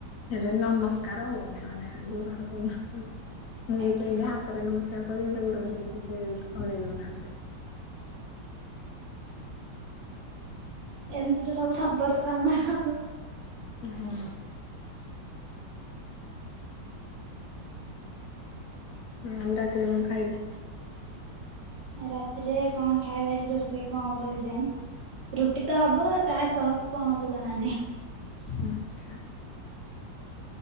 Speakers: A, on the left; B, on the right.
A: ହେଲେ ନମସ୍କାର ହଉନି ମାନେ। <unintelligible> ମୁଁ
B: ଆଜ୍ଞା
A: ତ ଏମିତି ହାତରେ ନମସ୍କାର କରୁଚି, ହେଲେ ଗୋଡ ଧରିକି ସେ କରେଇ ଦଉନାହାଁନ୍ତି।
B: ଏମିତି ତ ସବୁ ସମ୍ପର୍କ ଆମର ଆଉ।
A: ହଁ। ଆଉ ରାତିରେ କଣ ଖାଇବେ?
B: ରାତିରେ କଣ ଖାଇବା ଆଜି ରୋଷେଇ କଣ ହବ କେଜାଣି। ରୁଟି ତ ହବ ତା ସହ ତାକୁ କଣ ହବ ଜଣା ନାହିଁ।
A: <unintelligible>